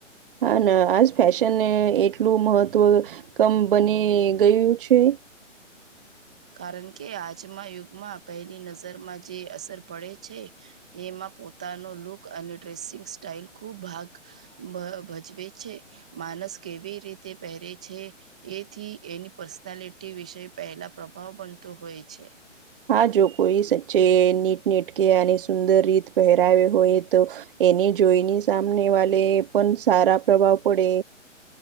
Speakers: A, on the right; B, in the centre.
A: હા ના આજ ફેશન એટલું મહત્વ કમ બની ગયું છે.
B: કારણ કે આજમાં યુગમાં પહેલી નજરમાં જે અસર પડે છે. એમાં પોતાનો લુક અને ડ્રેસિંગ સ્ટાઈલ ખૂબ ભાગ. ભજવે છે માનસ કેવી રીતે પહેરે છે. એથી એની પર્સનાલિટી વિશે પહેલા પ્રભાવ બનતો હોય છે.
A: હા જો કોઈ સચ્ચે નીટ નીટ કે અને સુંદર રીત પહેરાવે હોય તો. એને જોઈની સામને વાલે પણ સારા પ્રભાવ પડે.